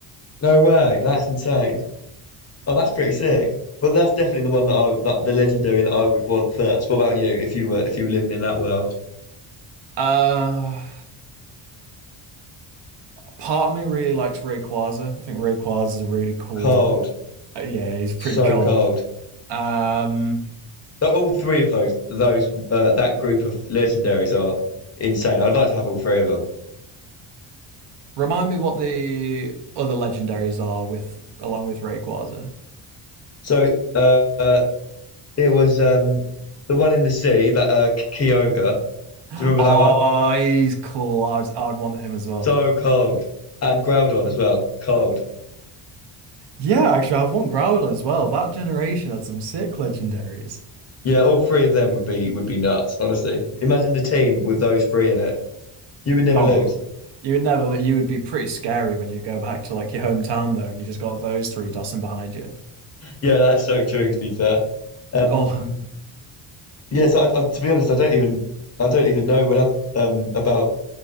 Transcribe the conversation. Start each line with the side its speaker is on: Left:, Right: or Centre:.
Left: No way. That's insane. Oh, that's pretty sick. Well, that's definitely the one that I that the legendary that I would want first. What about you? If you were if you were living in that world,
Right: Uh part of me really likes Rayquaza. I think Rayquaza is a really cool.
Left: cold,
Right: uh, yeah, he's pretty
Left: so
Right: cold.
Left: cold.
Right: Um
Left: Like, all three of those those uh, that group of legendaries are insane. I'd like to have all three of them.
Right: remind me what the other legendaries are with along with Rayquaza.
Left: So uh, it was um the one in the sea that uh, Kyogre. Do
Right: <gasps>
Left: you remember
Right: Oh,
Left: that one?
Right: he's cool. I would I would want him as well.
Left: So cold and Groudon as well. Cold.
Right: Yeah, actually, I've won Groudon as well. That generation had some sick legendaries.
Left: Yeah, all three of them would be would be nuts, honestly. Imagine the team with those three in it. You would never
Right: Oh,
Left: lose. <laughs>
Right: you would never, you would be pretty scary when you go back to like your hometown though, and you just got those three dossing behind you.
Left: Yeah, that's so true, to be fair. Um,
Right: Oh,
Left: yeah, so I, I, to be honest, I don't even I don't even know enough um, about